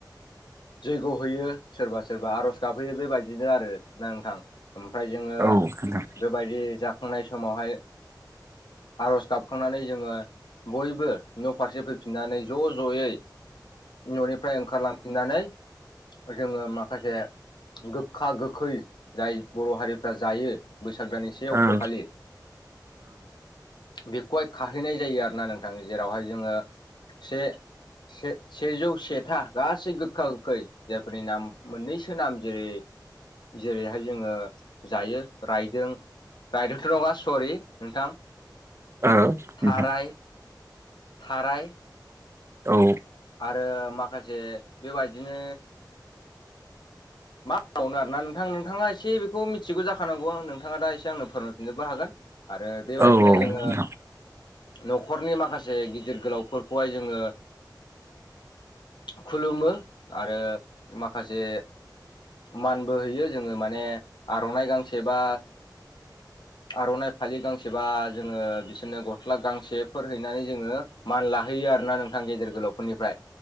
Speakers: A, on the left; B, on the right.
A: जैग्य' होयो सोरबा सोरबा आर'ज गाबहैयो बेबायदिनो आरो ना नोंथां। ओमफ्राय जोङो
B: औ नोंथां
A: बेबायदि जाखांनाय समावहाय आर'ज गाबखांनानै जोङो बयबो न' फारसे फैफिननानै ज' ज'यै न'निफ्राय ओंखारलां फिनानै जोङो माखासे गोखा गोखै जाय बर' हारिफ्रा जायो। बोसाग दाननि से अक्ट'
B: ओ
A: खालि। बेखौहाय खाहैनाय जायो आरो ना नोंथां जेरावहाय जोङो से से सेजौ सेथा गासै गोग गोखा गोखै जायफोरनि नाम मोननैसो नाम जेरै जेरैहाय जोङो जायो रायदों रायदोंथ' नङा सरि नोंथां
B: औ नोंथां
A: थाराय थाराय
B: औ
A: आरो माखासे बेबायदिनो मा मावनो आरोना नोंथां नोंथाङा एसे बेखौ मिथिगौ जाखानांगौ आं नोंथाङा दा एसे आंनो फोरोंफिननोबो हागोन आरो बेबायदिनो
B: ओं
A: जोङो न'खरनि माखासे गिदिर गोलावफोरखौहाय जोङो खुलुमो आरो माखासे मानबो हैयो जोङो माने आर'नाइ गांसे बा आर'नाइ फालि गांसेबा जोङो बिसोरनो गस्ला गांसेफोर हैनानै जोङो मान लाहैयो आरोना नोंथां गेजेर गोलावफोरनिफ्राय